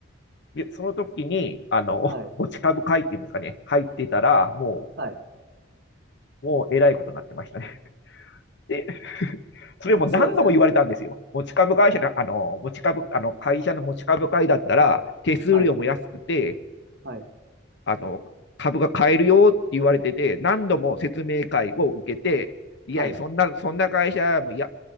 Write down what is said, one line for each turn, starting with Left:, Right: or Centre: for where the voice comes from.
Left: で、その時に、あの、
Right: ー、はい、
Left: 持ち株会っていうんですかね、入ってたら、もう
Right: はい。
Left: もうえらいことになってましたね。<laughs> で、それも何度も言われたんですよ。
Right: うん、そうですね。
Left: 持ち株会社の、
Right: はい、
Left: あの、持ち株、あの、会社の持ち株会だったら、手数料も安くて、
Right: はい、はい、
Left: あの、株が買えるよって言われてて、何度も説明会を受けて、いやいや、
Right: はい。
Left: そんな、そんな会社もいや、